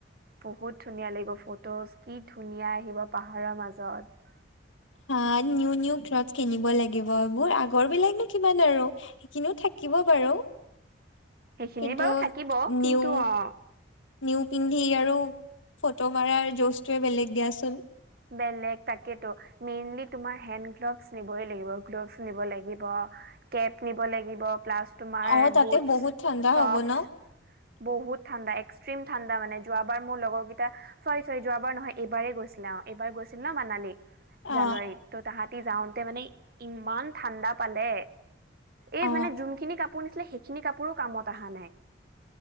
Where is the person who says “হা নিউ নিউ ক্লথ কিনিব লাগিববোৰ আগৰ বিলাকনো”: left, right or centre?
Left